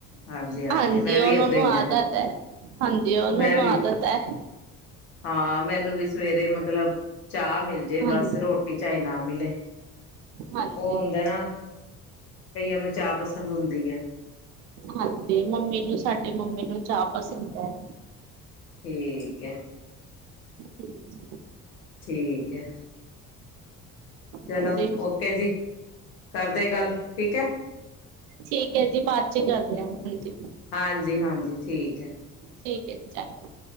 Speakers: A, on the left; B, on the right.
A: ਹਾਂਜੀ-ਹਾਂਜੀ,
B: ਹਾਂਜੀ
A: ਮੈਂ
B: ਉਹਨੂੰ
A: ਵੀ ਏਦਾਂ ਈ
B: ਆਦਤ
A: ਆ,
B: ਹੈ। ਹਾਂਜੀ ਉਹਨਾਂ
A: ਮੈਂ
B: ਨੂੰ
A: ਵੀ
B: ਆਦਤ ਹੈ।
A: ਹਾਂ, ਮੈਨੂੰ ਵੀ ਸੁਵੇਰੇ ਮਤਲਬ, ਚਾਹ ਮਿਲ ਜੇ
B: ਹਾਂਜੀ
A: ਬਸ ਰੋਟੀ ਚਾਏ ਨਾ ਮਿਲੇ।
B: ਹਾਂਜੀ
A: ਉਹ ਹੁੰਦਾ ਨਾ, ਕਇਆਂ ਨੂੰ ਚਾਹ ਪਸੰਦ ਹੁੰਦੀ ਹੈ।
B: ਹਾਂਜੀ ਮੰਮੀ ਨੂੰ ਸਾਡੀ ਮੰਮੀ ਨੂੰ ਚਾਹ ਪਸੰਦ ਹੈ।
A: ਠੀਕ ਹੈ।
B: ਇਹਦੇ ਚ
A: ਠੀਕ ਹੈ। ਚਲੋ,
B: ਹਾਂਜੀ
A: ਓਕੇ ਜੀ, ਕਰਦੇ ਗੱਲ ਠੀਕ ਹੈ।
B: ਠੀਕ ਹੈ ਜੀ ਬਾਅਦ ਚ ਕਰਦੇ ਹਾਂਜੀ
A: ਹਾਂਜੀ-ਹਾਂਜੀ ਠੀਕ ਹੈ।
B: ਠੀਕ ਹੈ, ਇਚ ਆ ਗਿਆ।